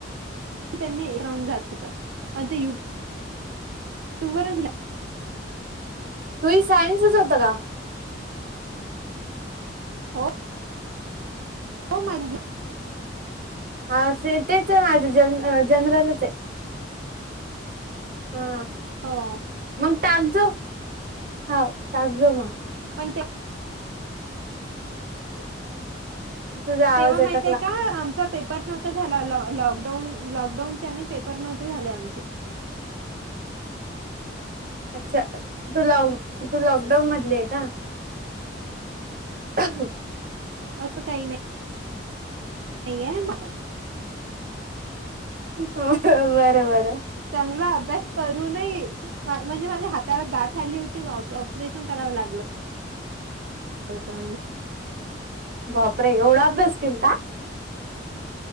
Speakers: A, on the right; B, on the right.
A: ते त्यांनी राहून जात होतं मण ते युट्यूब टॉवर या
B: तुही सायन्सच होतं का?
A: हो. हो मजे,
B: हा असे तेच आहे माझं जन जनरलच हे. हा
A: हो
B: मग टाकज हा टाकजो मग.
A: पण ते,
B: <inaudible> आवाज
A: तेव्हा माहितय
B: अटकला
A: का आमचा पे पर नव्ह झाला लॉकडाऊन लॉकडाऊन चे आणि पेपर नव्हते झाले आमचे.
B: अच्छा तू लॉक तू लॉकडाऊन मधले का. <inaudible>
A: असं काही नाही. नाही ये,
B: ह बर बरं.
A: चांगला अभ्यास कर, तुम्ही म्हणजे माझ्या हाताला गाठ आली होती ऑपरेशन करावं लागलं. होता,
B: बापरे एवढा अभ्यास केलता.